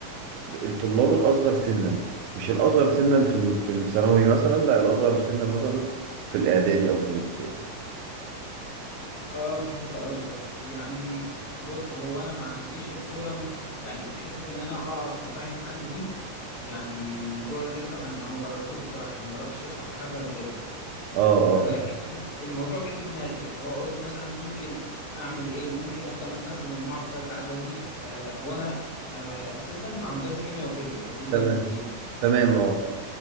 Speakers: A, on the right; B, on the left.
A: الطلاب الاصغر سنا مش الاصغر سنا في الم- في الثانوي مثلا لا الاصغر سنا مثلا في الاعدادي او في الابتدائي
B: اه فهمت قصدك يعني بص هو انا ما عنديش القدره إن- يعني حته ان انا اقف وافهم حد دي يعني الموضوع لسه ما ما ما جربتوش بصراحه يعني ما جربتش اشرح لحد قبل كده
A: اه
B: ولكن
A: اه
B: الموضوع جه في دماغي اللي هو قلت مثلا ممكن اعمل ايه ممكن ابدا مثلا في مجموعه في ثالثه اعدادي آه هو انا اسيستنت مع مدرس كيمياء وفيزياء هو بيدي
A: تمام
B: المادتين
A: تمام اه